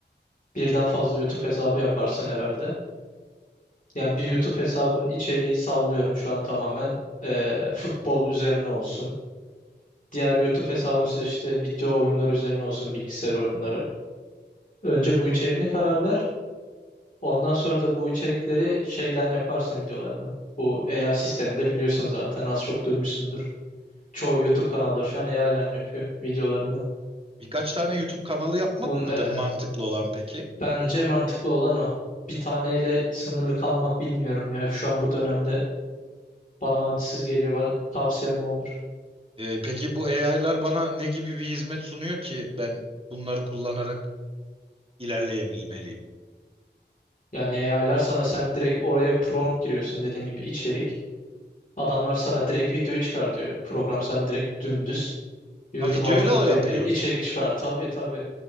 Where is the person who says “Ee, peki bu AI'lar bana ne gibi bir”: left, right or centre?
Right